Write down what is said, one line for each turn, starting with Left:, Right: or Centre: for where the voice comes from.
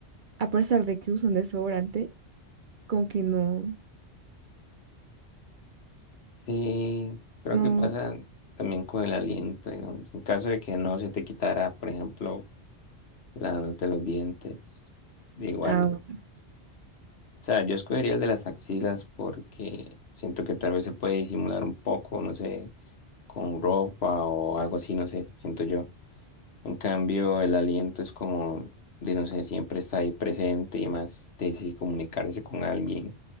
Right: a pesar de que usan desodorante, como que no,
Left: Sí, creo
Right: no,
Left: que pasa también con el aliento, digamos. En caso de que no se te quitara, por ejemplo, La nota de los dientes. Igual.
Right: ah,
Left: O sea, yo escogería el de las axilas porque siento que tal vez se puede disimular un poco, no sé, con ropa o algo así, no sé, siento yo. En cambio, el aliento es como, de, no sé, siempre está ahí presente y más de si comunicarse con alguien.